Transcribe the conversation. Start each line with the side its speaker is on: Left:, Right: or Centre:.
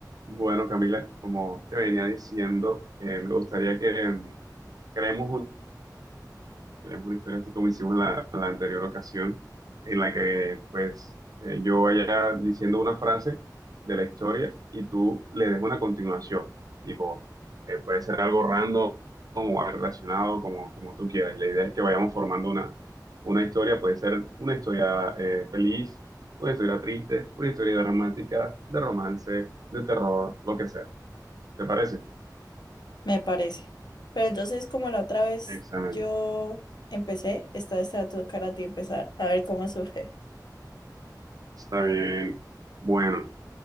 Right: Bueno, Camila, como te venía diciendo, eh, me gustaría que em, creemos tenemos una historia así como hicimos la, la anterior ocasión, en la que pues eh, yo vaya diciendo una frase de la historia y tú le des una continuación. Tipo, eh, puede ser algo random o algo relacionado como, como tú quieras. Y la idea es que vayamos formando una, una historia. Puede ser una historia eh, feliz, una historia triste, una historia dramática, de romance, de terror, lo que sea. ¿Te parece?
Left: Me parece. Pero entonces, como la otra vez
Right: Excelente.
Left: yo empecé, esta vez te va a tocar a ti empezar, a ver cómo surge.
Right: Está bien. Bueno.